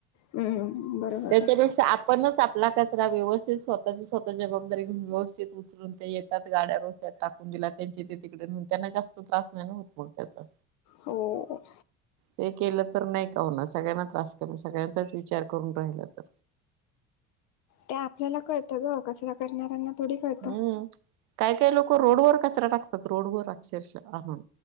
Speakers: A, on the left (about 60°); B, on the right (about 60°).
A: हम्म बरोबर
B: त्याच्यापेक्षा
A: आहे
B: आ पणच आपला कचरा व्यवस्थित स्वतःची स्वतः जबाबदारी घेऊन व्यवस्थित उचलून ते येतात गाड्यावर टाकून दिला त्यांचे ते तिकडे नेऊन त्यांना जास्त त्रास नाही होत मग त्याचा.
A: हो.
B: ते केलं तर नाही का होणार सगळ्यांना त्रास करून सगळ्यांचाच विचार करून राहील तर.
A: ते आपल्याला कळतं गं, कचरा करणाऱ्यांना थोडी कळतं.
B: हम्म. काय काय लोकं रोडवर कचरा टाकतात रोडवर अक्षरशः आणून.